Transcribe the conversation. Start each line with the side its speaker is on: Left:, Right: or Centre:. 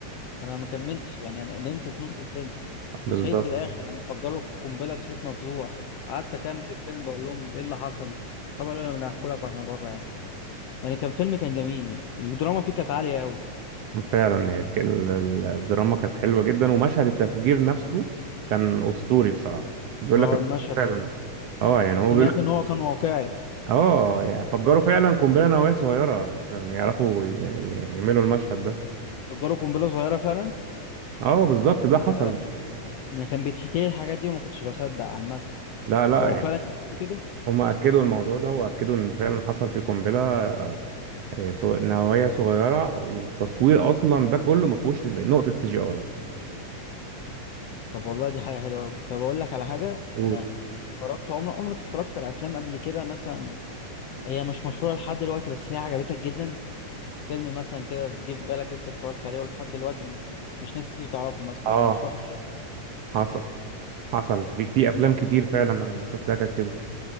Left: انا ما كملتش يعني انا نمت في نص الفيلم وصحيت
Right: بالظبط
Left: في الاخر لما فجروا القنبله صحيت مفزوع قعدت اكمل الفيلم بقول لهم ايه اللي حصل طبعا قالوا لنا بناكلك واحنا بره يعني بس يعني كان فيلم كان جميل يعني الدراما فيه كانت عاليه قوي
Right: فعلا هي ك- ال- ال- الدراما كانت حلوة جدا ومشهد التفجير نفسه كان أسطوري بصراحة بيقول
Left: اه
Right: لك إن
Left: المشهد
Right: هو فعلا
Left: اصلا
Right: اه يعني
Left: سمعت
Right: هو بيقول
Left: ان
Right: لك
Left: هو كان واقعي
Right: اه يعني فجروا فعلا قنبلة نووية صغيرة عشان يعرفوا ي- ي- يعملوا المشهد ده
Left: فجروا قنبله صغيره فعلا
Right: اه بالظبط ده حصل
Left: آه، انا كان بيتحكي لي الحاجات دي وما كنتش بصدق عامه
Right: لا لا
Left: بس هو
Right: يعني
Left: فعلا يحكوا كده
Right: هم أكدوا الموضوع ده وأكدوا إن فعلا حصل في قنبلة آه، آه، صغ- نووية صغيرة والتصوير أصلا ده كله ما فيهوش نقطة سي جي آي
Left: طب والله دي حاجه حلوه قوي طب اقول لك على حاجه
Right: قول
Left: انا اتفرجت عمر عمرك اتفرجت على افلام قبل كده مثلا هي مش مشهورة لحد دلوقتي بس هي عجبتك جدا فيلم مثلا كده جه في بالك انت اتفرجت عليه ولحد دلوقتي م- مش ناس كتير تعرفه مثلا
Right: اه
Left: او مش واخد حق
Right: حصل حصل في في أفلام كتير فعلا أنا شفتها كانت كده